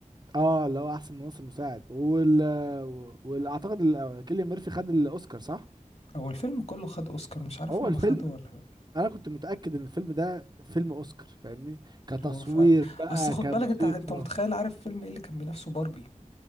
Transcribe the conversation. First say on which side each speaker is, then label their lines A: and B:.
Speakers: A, on the right; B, on the left.
A: اه اللي هو احسن ممثل مساعد وال واعتقد ال- كيليان ميرفي خد الاوسكار صح
B: هو الفيلم كله خد اوسكار مش عارف
A: هو
B: هم
A: الفيلم
B: خدوا ولا لأ.
A: انا كنت متاكد ان الفيلم ده فيلم اوسكار فاهمني كتصوير
B: هو فعلا
A: بقى
B: اصل خد
A: كموسيقى
B: بالك انت انت متخيل عارف فيلم ايه اللي كان بينافسه باربي